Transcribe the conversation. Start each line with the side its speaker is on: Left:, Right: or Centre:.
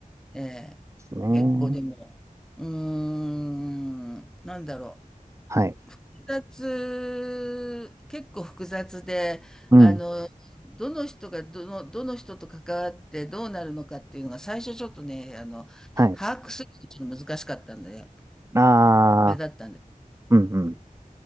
Centre: ええ、
Right: すね。
Centre: 結構でも、うーん、なんだろう。
Right: はい。
Centre: 複雑、結構複雑で、
Right: うん。
Centre: あの、どの人がどの、どの人と関わってどうなるのかっていうのが最初ちょっとね、あの、
Right: はい。
Centre: 把握するのがちょっと難しかったんで、
Right: あ
Centre: あれだったんで。
Right: あ、うんうん。